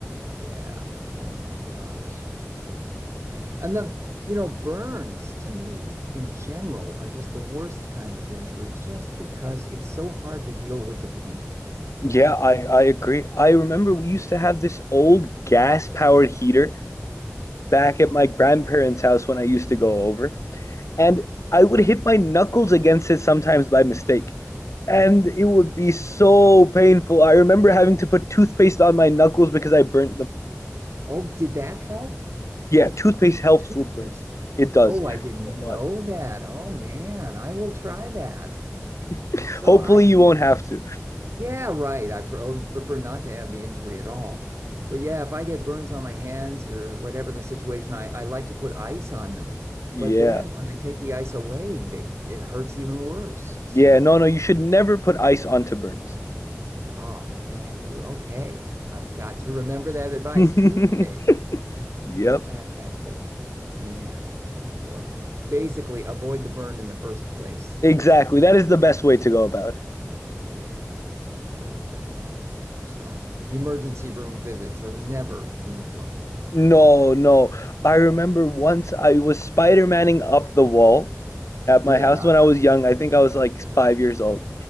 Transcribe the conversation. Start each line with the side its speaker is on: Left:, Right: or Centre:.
Right: Yeah. Oh my gosh. So, and then, you know, burns to me in general are just the worst kind of injury just because it's so hard to deal with the pain, you
Left: Yeah,
Right: know?
Left: I I agree. I remember we used to have this old gas-powered heater back at my grandparents' house when I used to go over, and I would hit my knuckles against it sometimes by mistake, and it would be so painful. I remember having to put toothpaste on my knuckles because I burnt them.
Right: Oh, did that help?
Left: Yeah, toothpaste helps
Right: Toothpaste.
Left: with burns. It does.
Right: Oh,
Left: It
Right: I
Left: helps
Right: didn't
Left: a lot.
Right: know that. Oh man, I will try that.
Left: <laughs>
Right: So
Left: Hopefully
Right: I've
Left: you
Right: used
Left: won't have to.
Right: Yeah, right. I pre- I would prefer not to have the injury at all. But yeah, if I get burns on my hands or whatever the situation, I, I like to put ice on them.
Left: Yeah.
Right: But then when I take the ice away, they it hurts even worse. So
Left: Yeah, no,
Right: it,
Left: no, you should never put ice onto burns.
Right: oh man, go- okay. I've got to remember that advice.
Left: <laughs>
Right: Toothpaste.
Left: Yep.
Right: That's fantastic. Man. Or basically avoid the burn in the first place.
Left: Exactly.
Right: That's the
Left: That is the best way to go about it.
Right: Yeah. Oh, well. So emergency room visits are never any fun.
Left: No, no. I remember once I was Spider-Manning up the wall at
Right: Yeah.
Left: my house when I was young. I think I was like five years old.